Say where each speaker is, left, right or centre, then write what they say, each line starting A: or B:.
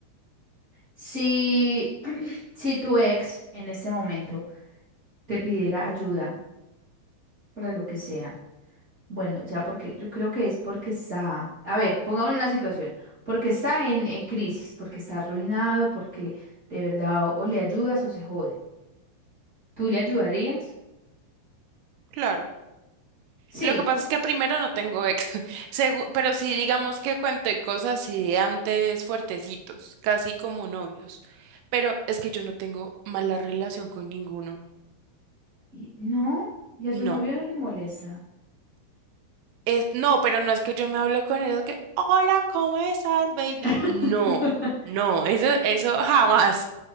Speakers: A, on the right (about 40°); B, on the right (about 80°).
A: Si, <clears throat> si tu ex en este momento te pidiera ayuda para lo que sea, bueno, o sea, porque yo creo que es porque está, a ver, pongámonos en la situación, porque está en, en crisis, porque está arruinado, porque de verdad o, o le ayudas o se jode. ¿Tú le ayudarías?
B: Claro.
A: Sí.
B: Lo que pasa es que primero no tengo ex, <laughs> segu- pero sí digamos que cuento cosas así de antes fuertecitos, casi como novios. Pero es que yo no tengo mala relación con ninguno.
A: Y- no, y a
B: No.
A: su novio no le molesta.
B: Es, no, pero no es que yo me hable con ellos que, hola, ¿cómo estás, baby?
A: <laughs>
B: No, no, eso, eso jamás.